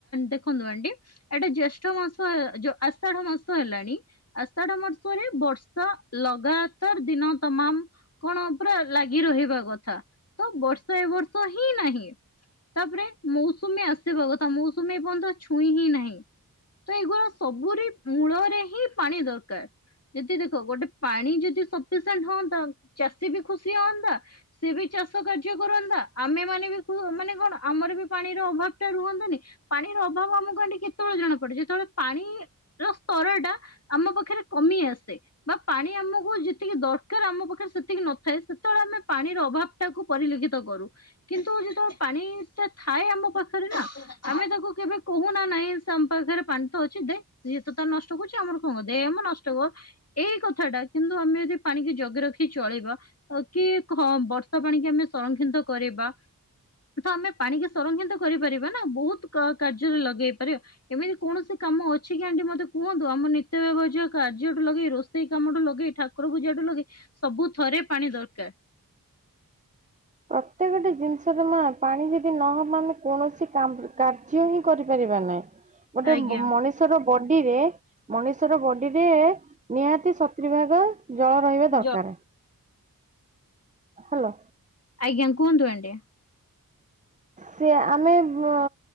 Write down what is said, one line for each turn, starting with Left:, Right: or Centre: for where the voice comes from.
Left: ଦେଖନ୍ତୁ ଆଣ୍ଟୀ। ଏଟା ଜ୍ୟେଷ୍ଠ ମାସ ଆଷାଢ଼ ମାସ ହେଲାଣି ଆଷା ଆଷାଢ଼ ମାସରେ ବର୍ଷା ଲଗାତାର ଦିନ ତମାମ। କଣ ପୁରା ଲାଗି ରହିବା କଥା ତ ବର୍ଷା ଏ ବର୍ଷ ହିଁ ନାହିଁ। ତାପରେ ମୌସୁମୀ ଆସିବା କଥା ମୌସୁମୀ ଏ ପର୍ଯ୍ୟନ୍ତ ଛୁଇଁ ହିଁ ନାହିଁ। କେବଳ ସବୁରି ମୂଳରେ ହିଁ ପାଣି ଦରକାର ଯଦି ଦେଖ ଗୋଟେ ପାଣି ଯଦି। ସଫିସେଣ୍ଡେ ହନ୍ତା ଚାଷୀ ବି ଖୁସି ହଅନ୍ତା। ସେ ବି ଚାଷ କାର୍ଯ୍ୟ କରନ୍ତା ଆମେ ମାନେ ବି ମାନେ କଣ ଆମର ବି ପାଣିର ଅଭାବ ଟା ରୁହନ୍ତାନି। ପାଣିରଅଭାବ ଆମ କେତେବେଳେ ଜଣା ପଡେ ଯେତେବେଳେ ପାଣିର ସ୍ତର ଟା ଆମ ପାଖରେ କମି ଆସେ। ବା ପାଣି ଆମକୁ ଯେତିକି ଦରକାର ଆମ ପାଖରେ ସେତିକି ନଥାଏ ସେତେବେଳେ ଆମେ ପାଣିର ଅଭାବ। ଟାକୁୁ ପରିଲିକ୍ଷିତ କରୁ। କିନ୍ତୁ ଯେତେବେଳେ ପାଣିଟା ଥାଏ ଆମ ପାଖରେ ନା ଆମେ ତାକୁ କେବେ କହୁନା ନାହିଁ। ଆମ ପାଖରେ ପାଣି ତ ଅଛି ଦେ ଜିଏତ ତାର ନଷ୍ଟ କରୁଛି ଆମର କଣ କ ଦେମ ନଷ୍ଟ କର। ଏଇ କଥା ଟା କିନ୍ତୁ ଆମେ ଯଦି ପାଣିିକି ଜଗି ରଖି ଚଳିବା। କି ହଁ ବର୍ଷା ପାଣି କି ଆମେ ସଂରକ୍ଷିତ କରିବା। ତ ଆମେ ପାଣିିକି ସଂରକ୍ଷିତ କରିପାରିବା ନା ବହୁତ କାର୍ଯ୍ୟରେ ଲଗେଇ। ଦେଇପାରିବା। ଏମିତି କୌଣସି କାମ ଅଛି କି ଆଣ୍ଟି ମୋତେ କୁହନ୍ତୁ ଆମ ନିତ୍ୟ ବ୍ୟଭଜ କାର୍ଯ୍ୟଠୁ ଲଗେଇ ରୋ ରୋସେଇ କାମଠୁ ଲଗେଇ ଠାକୁର ପୂଜାଠୁ ଲଗେଇ ସବୁ ଥରେ ପାଣି ଦରକାର।
Right: ପ୍ରତ୍ୟେକଟି ଜିନିଷରେ ମା ପାଣି ଯଦି ନହବ ଆମେ କୌଣସି କାମ କାର୍ଯ୍ୟ ହିଁ କରିପାରିବା ନାହିଁ ଗୋଟେ
Left: ଆଜ୍ଞା
Right: ମଣି ମଣିଷର ବଡିରେ ମଣିଷର ବଡିରେ ନିହାତି ସତୁରି ଭାଗ। ଜଳ ରହିବା ଦରକାର।
Left: ଜ
Right: ହ୍ୟାଲୋ।
Left: ଆଜ୍ଞା କୁହନ୍ତୁ ଆଣ୍ଟି।
Right: ସେ ଆମେ ବ